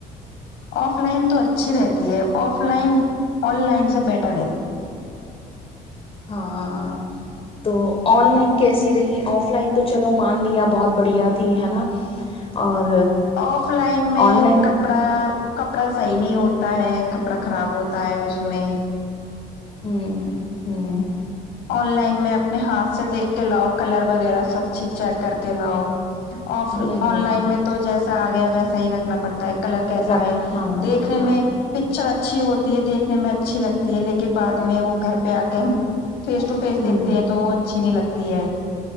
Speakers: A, on the left; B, on the left.
A: آف لائن تو اچھی رہتی ہے آف لائن آن لائن سے بیٹر ہے
B: ہاں تو آن لائن کیسی رہی آف لائن تو چلو مان لیا بہت بڑھیا تھی ہے نا اور
A: آف لائن میں
B: آن لائن
A: کپڑا کپڑا صحیح نہیں ہوتا ہے کپڑا خراب ہوتا ہے اس میں
B: ہوں ہوں
A: آن لائن میں اپنے ہاتھ سے دیکھ کے لاؤ کلر وغیرہ سب چیز چیک کر کے لاؤ آف
B: نہیں نہیں
A: آن لائن میں تو جیسے آ گیا ویسا ہی رکھنا پڑتا ہے کلر کیسا
B: رکھ
A: ہے
B: ہاں
A: دیکھنے
B: ہاں
A: میں پکچر اچھا اچھی ہوتی ہے دیکھنے میں اچھی لگتی ہے لیکن بعد میں وہ گھر پہ آ کے ہم فیس ٹ فیس
B: ہوں
A: دیکتے ہیں تو وہ اچھی نہیں لگتی تی ہے